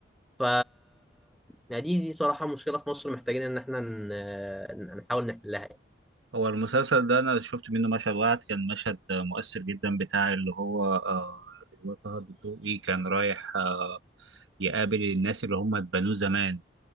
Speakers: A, in the centre; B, on the right.
A: ف يعني دي دي صراحة مشكلة في مصر محتاجين إن إحنا ن... نحاول نحلها
B: هو المسلسل ده انا شفت منه مشهد واحد كان مشهد آه، مؤثر جدا بتاع اللي هو آه، اللي هو طه الدسوقي كان رايح آه، يقابل الناس اللي هم اتبنوه زمان